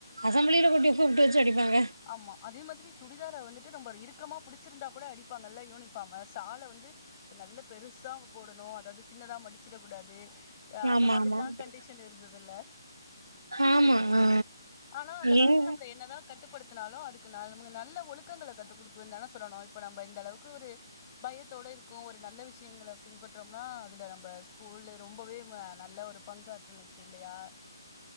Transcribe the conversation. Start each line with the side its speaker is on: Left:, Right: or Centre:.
Right: அசம்பளியில கூப்ட்டு கூப்ட்டு வச்சு அடிப்பாங்க
Left: ஆமா அதே மாதிரி சுடிதார வந்துட்டு நம்ம இருக்கமா புடிச்சிருந்தா கூட அடிப்பாங்கல்ல யூனிஃபார்ம சால வந்து இப்ப நல்ல பெருசா போடணு அதாவது சின்னதா மடிச்சிட கூடாது அ அந்த
Right: ஆமா
Left: மாதிரிலா
Right: ஆமா
Left: கண்டிஷன் இருந்ததுல்ல
Right: ஆமா ஆ
Left: ஆனா அந்த காலத்துல
Right: எங்
Left: நம்மள என்னதா கட்டுப்படு த்னாலு அதுக்கு ந மு நல்ல ஒழுக்கங்கள கத்து குடுக்கனுதனோ சொல்லணு இப்ப நம்ப இந்த அளவுக்கு ஒரு பயத்தோட ருக்கோ ஒரு நல்ல விஷயங்கள பின்பற்றோம்னா அதுல நம்ப ஸ் கூல்ல ரொம்பவே ம நல்ல ஒரு பங்காற்றுனுச்சு இல்லையா